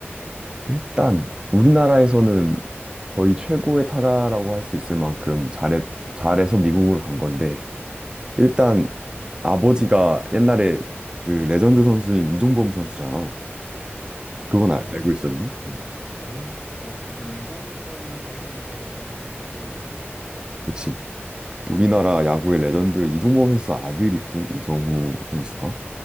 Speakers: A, on the right; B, on the left.
A: 일단 우리나라에서는 거의 최고의 타자라고 할 수 있을 만큼 잘해, 잘해서 미국으로 간 건데 일단
B: 아,
A: 아버지가 옛날에 그 레전드 선수인 이종범 선수잖아. 그건
B: 아,
A: 알, 고 있었니? 어.
B: 아니, 나 근데 이종범이라는 이름은 들어본 것 같아.
A: 그치. 우리나라 야구의 레전드 이종범 선수 아들이거든. 이정후 선수가.